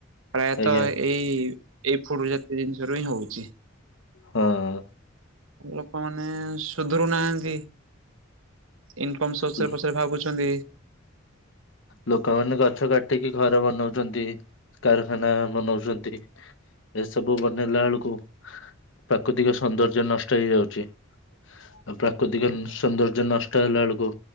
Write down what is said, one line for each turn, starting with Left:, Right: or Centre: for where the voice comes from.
Right: ପ୍ରାୟତଃ
Left: ଆଜ୍ଞା
Right: ଏଇ ଏଇ ଫୁଡ୍ ଜାତୀୟ ଜିନିଷ ରୁ ହିଁ ହଉଛି।
Left: ହଁ।
Right: ଲୋକମାନେ ସୁଧରୁ ନାହାନ୍ତି। ଇନ୍କମ ସୋର୍ସ
Left: ଲ
Right: ରେ ପଛରେ ଭାବୁଛନ୍ତି।
Left: ଲୋକମାନେ ଗଛ କାଟିକି ଘର ବନଉଛନ୍ତି କାରଖାନା ବନଉଛନ୍ତି। ଏସବୁ ବନେଇଲା ବେଳକୁ ପ୍ରାକୃତିକ ସୌନ୍ଦର୍ଯ୍ୟ ନଷ୍ଟ ହେଇଯାଉଛି। ଆଉ ପ୍ରାକୃତିକ
Right: ସତ କଥା
Left: ସୌନ୍ଦର୍ଯ୍ୟ ନଷ୍ଟ ହେଲା ବେଳକୁ